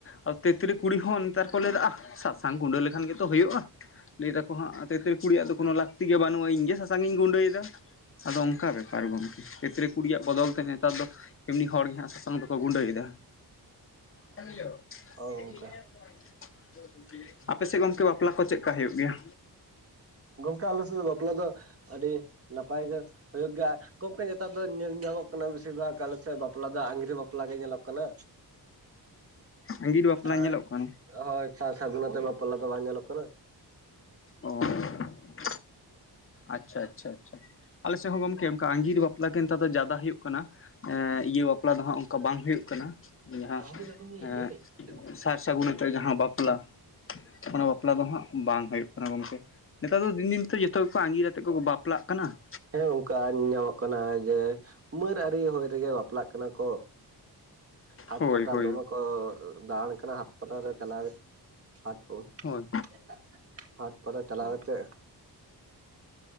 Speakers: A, on the left (about 30°); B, on the right (about 35°).
A: ᱟᱨ ᱛᱮᱛᱨᱤ ᱠᱩᱲᱤ ᱦᱚᱸ ᱱᱮᱛᱟᱨ ᱠᱚ ᱞᱟᱹᱭᱫᱟ ᱟᱦ ᱥᱟᱥᱟᱝ ᱜᱩᱰᱟᱹ ᱞᱮᱠᱷᱟᱱ ᱜᱮᱛᱚ ᱦᱩᱭᱩᱜᱼᱟ ᱟᱦ ᱞᱟᱹᱭ ᱫᱟᱠᱚ ᱦᱟᱸᱜ ᱛᱮᱛᱨᱮ ᱠᱩᱲᱤᱭᱟᱜ ᱫᱚ ᱠᱳᱱᱳ ᱞᱟᱹᱠᱛᱤ ᱜᱮ ᱵᱟᱹᱱᱩᱜᱼᱟ ᱤᱧ ᱜᱮ‌ ᱥᱟᱥᱟᱝ ᱤᱧ ᱜᱩᱸᱰᱟᱹᱭ ᱮᱫᱟ ᱟᱫᱚ ᱚᱱᱠᱟ ᱵᱮᱯᱟᱨ ᱜᱚᱝᱠᱮ ᱛᱮᱛᱨᱮ ᱠᱩᱲᱤᱭᱟᱜ ᱵᱚᱫᱚᱞ ᱛᱮ ᱱᱮᱛᱟᱨ ᱫᱚ ᱮᱢᱱᱤ ᱦᱚᱲ ᱜᱮ ᱦᱟᱸᱜ ᱥᱟᱥᱟᱝ ᱫᱚᱠᱚ ᱜᱩᱸᱰᱟᱹᱭ ᱮᱫᱟ <unintelligible>
B: ᱦᱳᱭ ᱜᱚᱝᱠᱮ
A: ᱟᱯᱮ ᱥᱮᱫ ᱜᱚᱝᱠᱮ ᱵᱟᱯᱞᱟ ᱠᱚ ᱪᱮᱫ ᱞᱮᱠᱟ ᱦᱩᱭᱩᱜ ᱜᱮᱭᱟ
B: ᱜᱚᱝᱠᱮ ᱟᱞᱮ ᱥᱮᱫ ᱫᱚ ᱵᱟᱯᱞᱟ ᱫᱚ ᱟᱹᱰᱤ ᱱᱟᱯᱟᱭ ᱜᱮ ᱦᱩᱭᱩᱜ ᱜᱮᱭᱟ ᱜᱚᱢᱠᱮ ᱱᱮᱛᱟᱨ ᱫᱚ ᱧᱮᱞ ᱧᱟᱢᱚᱜ ᱠᱟᱱᱟ ᱵᱮᱥᱤᱨ ᱵᱷᱟᱜᱽ ᱟᱞᱮ ᱥᱮᱫ ᱵᱟᱯᱞᱟ ᱫᱚ ᱟᱜᱤᱨ ᱵᱟᱯᱞᱟ ᱜᱮ ᱧᱮᱞᱚᱜ ᱠᱟᱱᱟ
A: ᱟᱸᱜᱤᱨ ᱵᱟᱯᱞᱟ
B: ᱟᱨ
A: ᱧᱮᱞᱚᱜ ᱠᱟᱱᱟ
B: ᱦᱳᱭ ᱥᱟᱨᱥᱟᱹᱜᱩᱱᱟᱛᱮ ᱵᱟᱯᱞᱟ ᱫᱚ ᱵᱟᱝ ᱧᱮᱞᱚᱜ ᱠᱟᱱᱟ
A: ᱚ <unintelligible> ᱟᱪᱪᱷᱟ ᱟᱪᱪᱷᱟ ᱟᱪᱪᱷᱟ ᱟᱞᱮ ᱥᱮᱫ ᱦᱚᱸ ᱜᱚᱝᱠᱮ ᱚᱱᱠᱟ ᱟᱸᱜᱤᱨ ᱵᱟᱯᱞᱟ ᱜᱮ ᱱᱮᱛᱟᱨ ᱫᱚ ᱡᱟᱫᱟ ᱦᱳᱭᱳᱜ ᱠᱟᱱᱟ ᱤᱭᱟᱹ ᱵᱟᱯᱞᱟ ᱫᱚ ᱦᱟᱸᱜ ᱚᱱᱠᱟ ᱵᱟᱝ ᱦᱳᱭᱳᱜ ᱠᱟᱱᱟ <unintelligible>
B: <unintelligible>
A: ᱮᱸ ᱥᱟᱨ ᱥᱟᱹᱜᱩᱱ ᱟᱛᱮ ᱡᱟᱦᱟᱸ ᱵᱟᱯᱞᱟ ᱚᱱᱟ ᱵᱟᱯᱞᱟ ᱫᱚ ᱦᱟᱸᱜ ᱵᱟᱝ ᱦᱩᱭᱩᱜ ᱠᱟᱱᱟ ᱜᱚᱝᱠᱮ ᱱᱮᱛᱟᱨ ᱫᱚ ᱫᱤᱱ ᱫᱤᱱ ᱛᱮ ᱡᱚᱛᱚ ᱟᱺᱜᱤᱨ ᱟᱛᱮᱫ ᱠᱚ ᱵᱟᱯᱞᱟᱜ ᱠᱟᱱᱟ
B: ᱦᱮᱸ ᱜᱚᱝᱠᱮ ᱟᱨ ᱧᱮᱧᱟᱢᱚᱜ ᱠᱟᱱᱟ ᱡᱮ ᱩᱢᱟᱹᱨ ᱟᱹᱨᱤ ᱦᱩᱭ ᱨᱮᱜᱮ ᱵᱟᱯᱞᱟᱜ ᱠᱟᱱᱟ ᱠᱚ ᱦᱟᱴ
A: ᱦᱳᱭ
B: ᱯᱟᱛᱟ
A: ᱦᱳᱭ
B: ᱫᱚᱢᱮ ᱠᱚ ᱫᱟᱬᱟᱱ ᱠᱟᱱᱟ ᱦᱟᱴ ᱯᱟᱛᱟ ᱨᱮ ᱪᱟᱞᱟᱣ <unintelligible>
A: ᱦᱳᱭ
B: ᱦᱟᱴ ᱯᱟᱛᱟ ᱪᱟᱞᱟᱣ ᱠᱟᱛᱮ